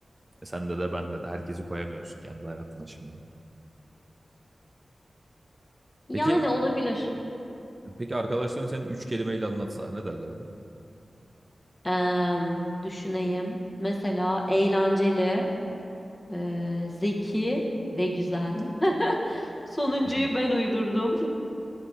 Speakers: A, on the right (about 30°); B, on the left (about 30°).
A: E sende de bende de herkesi koyamıyorsun kendi hayatına şimdi.
B: yani
A: Peki
B: olabilir.
A: peki arkadaşların seni üç kelimeyle anlatsa ne derlerdi?
B: Em, düşüneyim. Mesela eğlenceli. Ee, zeki ve güzel. <laughs> Sonuncuyu
A: <laughs>
B: ben uydurdum.